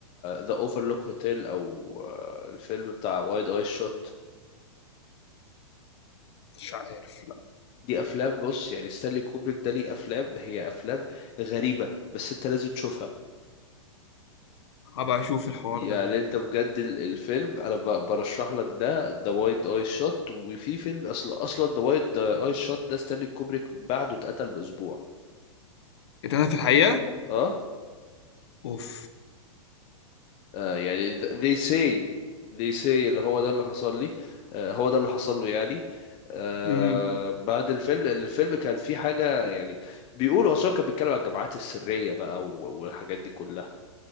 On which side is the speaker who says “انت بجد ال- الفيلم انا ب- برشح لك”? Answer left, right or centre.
Left